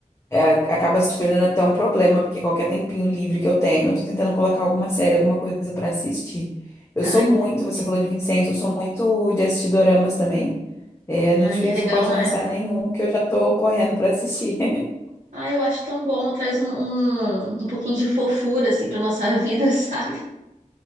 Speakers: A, on the left (about 20°); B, on the right (about 55°).
A: é, acaba se tornando até um problema, porque qualquer tempinho livre que eu tenho, eu tô tentando colocar alguma série, alguma coisa pra assistir. Eu
B: Ah,
A: sou
B: entendi.
A: muito, você falou de Vincenzo, eu sou muito de assistir doramas também. É, a Netflix
B: Ai, é legal,
A: não pode
B: né?
A: lançar nenhum que eu já tô correndo pra assistir. <laughs>
B: Ah, eu acho tão bom, traz um, um, um pouquinho de fofura, assim, pra nossa vida, <laughs> sabe?